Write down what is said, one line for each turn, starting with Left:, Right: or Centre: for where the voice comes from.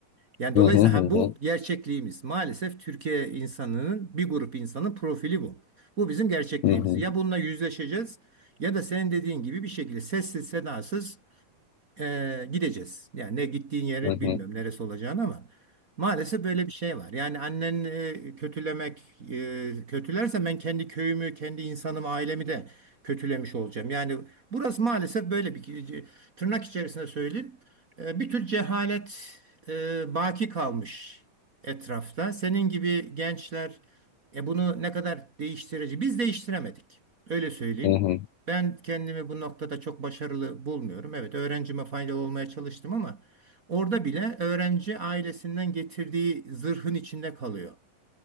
Right: Yani dolayısıyla
Left: hı hı, hı
Right: ha, bu
Left: hı,
Right: gerçekliğimiz. Maalesef Türkiye insanının bir grup insanın profili bu. Bu bizim gerçekliğimiz.
Left: hı hı,
Right: Ya bununla yüzleşeceğiz ya da senin dediğin gibi bir şekilde sessiz sedasız e, gideceğiz. Yani ne gittiğin yeri
Left: hı
Right: bilmiyorum
Left: hı,
Right: neresi olacağını ama maalesef böyle bir şey var. Yani annen e, kötülemek e, kötülerse ben kendi köyümü, kendi insanımı, ailemi de kötülemiş olacağım. Yani burası maalesef böyle bir tırnak içerisinde söyleyeyim. e, bir tür cehalet e, baki kalmış etrafta. Senin gibi gençler e, bunu ne kadar değiştirici. Biz değiştiremedik. Öyle söyleyeyim.
Left: hı hı.
Right: Ben kendimi bu noktada çok başarılı bulmuyorum. Evet, öğrencime faydalı olmaya çalıştım ama orada bile öğrenci ailesinden getirdiği zırhın içinde kalıyor.